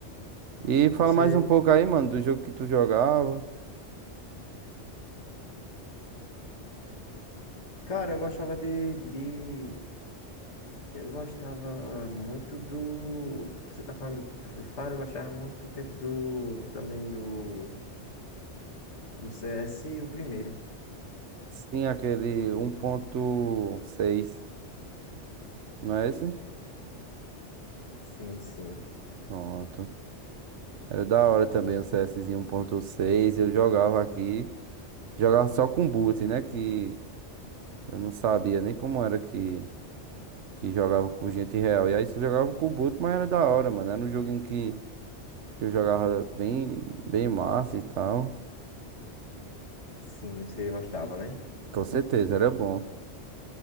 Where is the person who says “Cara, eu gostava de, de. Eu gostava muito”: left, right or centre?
Left